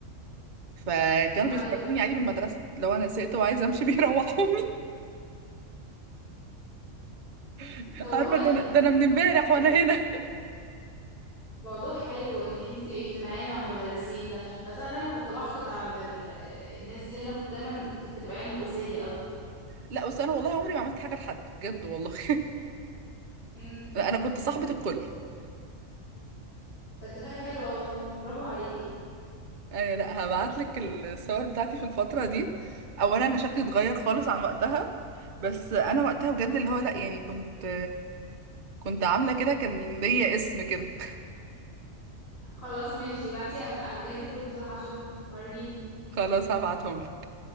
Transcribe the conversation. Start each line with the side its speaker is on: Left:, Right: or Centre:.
Right: فكانوا
Left: ايوه
Right: بيخرجوني عادي من المدرسه لو انا زهقت وعايزه امشي بيروحوني <laughs>
Left: طب والله
Right: عارفه
Left: يعني
Right: ده انا ده انا من امبارح
Left: الموضوع
Right: وانا
Left: حلو
Right: هنا
Left: موضوع حلو ان انت تبقي اجتماعيه مع المدرسين ده بس انا دايما كنت بحقد على ال- الناس دي لان انا كنت دايما كانت بتبقى عيال مؤذيه قوي
Right: لا بس انا والله عمري ما عملت حاجه لحد بجد والله
Left: امم
Right: انا كنت صاحبة الكل
Left: طب دي حاجه حلوه والله برافو عليكي
Right: يعني لا هبعت لك الصور بتاعتي في الفترة دي اولا انا شكلي اتغير خالص عن وقتها بس انا وقتها بجد اللي هو لا يعني كنت كنت عاملة كده كان ليا اسم كده
Left: خلاص ماشي ابعتيها عجلي في دول بصراحه اشوف وريني
Right: <laughs> خلاص هبعتهم